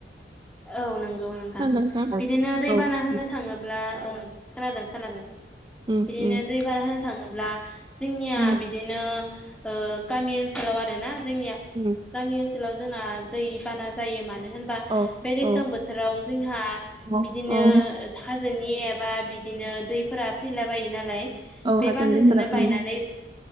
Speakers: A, in the centre; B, on the right (about 25°).
A: औ नंगौ नोंथां
B: खोनादों ना नोंथां
A: बिदिनो दैबाना
B: औ
A: होनो थाङोब्ला ओं खोनादों खोनादों
B: उम
A: बिदिनो
B: उम
A: दै बाना होननो थाङोब्ला जोंनिया
B: उम
A: बिदि बिदिनो ओ गामि ओनसोलाव आरोना जोंनिया
B: उम
A: गामि ओनसोलाव जोंना दैबाना जायो मानो होनबा
B: औ
A: बे दैज्लां
B: औ
A: बोथोराव जोंहा
B: औ
A: बिदिनो
B: औ
A: हाजोनि एबा बिदिनो दैफोरा फैला बायो नालाय
B: औ
A: बे
B: हाजों
A: बान्दोजोंनो
B: दैफोरा
A: बायनानै
B: उम